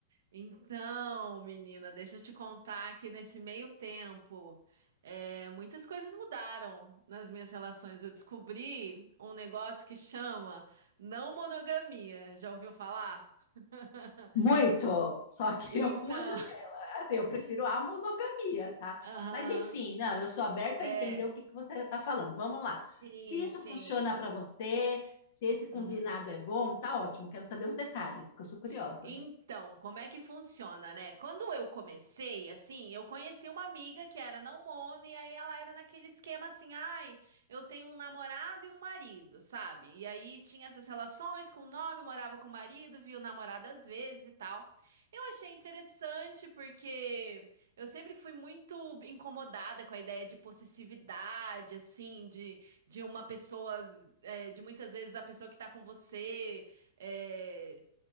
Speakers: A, on the right; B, on the left.
A: Então, menina, deixa eu te contar que nesse meio tempo, é, muitas coisas mudaram nas minhas relações. Eu descobri um negócio que chama não monogamia. Já ouviu falar? <laughs>
B: Muito, só que
A: Então.
B: eu fujo dela. Assim, eu prefiro a monogamia, tá?
A: Aham.
B: Mas enfim, não, eu sou aberta
A: É.
B: a entender o que que você está falando. Vamos lá.
A: Sim,
B: Se isso
A: sim.
B: funciona para você, se esse combinado
A: Uhum,
B: é bom, tá ótimo. Quero saber os detalhes,
A: uhum.
B: porque eu sou curiosa.
A: Então, como é que funciona, né? Quando eu comecei, assim, eu conheci uma amiga que era mono e aí ela era naquele esquema assim, ai, eu tenho um namorado e um marido, sabe? E aí tinha essas relações com o nome, morava com o marido, via o namorado às vezes e tal. Eu achei interessante porque eu sempre fui muito incomodada com a ideia de possessividade, assim, de, de uma pessoa, é, de muitas vezes a pessoa que tá com você. É,